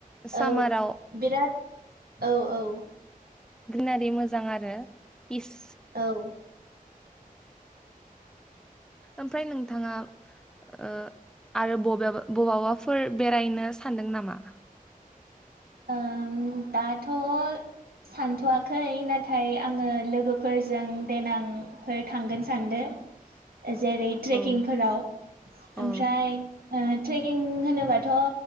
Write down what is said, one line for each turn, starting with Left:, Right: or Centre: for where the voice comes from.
Centre: सामाराव
Right: औ बिराद औ औ
Centre: ग्रिनारि मोजां आरो पिस
Right: औ
Centre: ओमफ्राय नोंथाङा आरो ओ आरो बबेयावबा बबावबाफोर बेरायनो सान सानदों नामा
Right: ओम दाथ' सानथ'वाखै नाथाय आङो लोगोफोरजों देनांफोर थांगोन सानदों
Centre: <inaudible>
Right: जेरै ट्रेकिंफोराव
Centre: औ
Right: ओमफ्राय
Centre: औ
Right: ओ ट्रेकिं होनोबाथ'